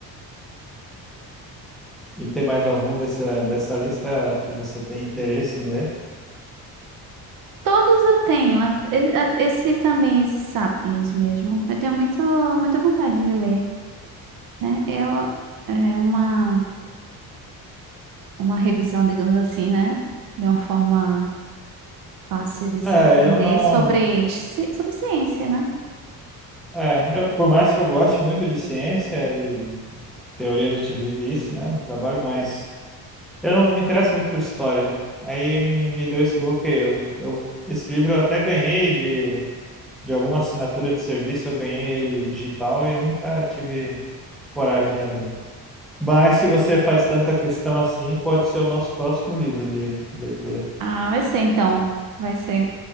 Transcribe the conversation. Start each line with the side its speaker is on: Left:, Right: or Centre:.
Centre: E tem mais algum dessa, dessa lista que você tem interesse em ler?
Right: Todos eu tenho. a- e- a- Esse também, esses sapiens mesmo. Eu tenho muito, muita vontade de ler, né? Eu, é uma, uma revisão, digamos assim, né? De uma forma fácil de se
Centre: É,
Right: entender
Centre: eu não.
Right: sobre, ci- sobre ciência, né?
Centre: É, eu- por mais que eu goste muito de ciência e teoria, a gente vive isso, né, no trabalho, mas eu não me interesso muito por história. Aí me, me deu esse bloqueio. Eu, esse livro eu até ganhei de de alguma assinatura de serviço, eu ganhei ele digital e nunca tive coragem de abrir. Mas se você faz tanta questão assim, pode ser o nosso próximo livro de leitura.
Right: Ah, vai ser então. Vai ser.